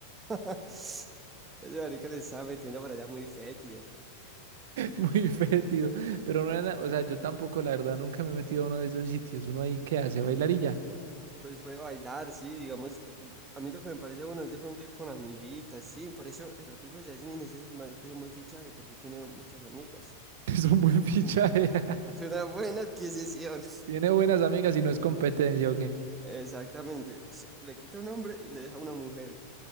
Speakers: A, on the right; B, on the right.
A: <laughs> Ese marica le estaba metiendo por allá muy fétido.
B: Muy fétido. Pero no era, o sea, yo tampoco, la verdad, nunca me he metido a uno de esos sitios. Uno ahí que hace bailar y ya. <laughs>
A: Pues puede bailar, sí, digamos, el- a mí lo que me parece bueno es de pronto ir con amiguitas, sí, por eso el amigo Yasmin, ese marica es un buen fichaje porque tiene muchas amigas.
B: Es un buen fichaje.
A: Mm,
B: <laughs>
A: Es una buena adquisición.
B: Tiene buenas amigas y no es competencia, ¿o qué?
A: Exactamente, se- le quita un hombre y le deja una mujer.